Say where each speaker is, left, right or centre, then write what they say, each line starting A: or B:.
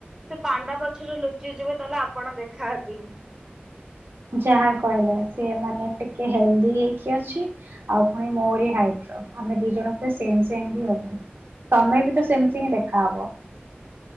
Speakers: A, on the right (about 20°); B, on the right (about 65°).
A: ସେ ପାଣ୍ଡା ପଛରେ ଲୁଚି ଯିବେ ତାହେଲେ ଆପଣ ଦେଖାହେବେନି।
B: ଯାହା କହିଲେ ସେ ମାନେ ଟିକେ ହେଲଦି ହେଇକି ଅଛି ଆଉ ପୁଣି ମୋରି ହାଇଟର ଆମେ ଦି ଜଣ ପୁରା ସେମ୍ ସେମ୍ ବି ହବୁ। ତମେ ବି ତ ସେମତି ହିଁ ଦେଖା ହବ।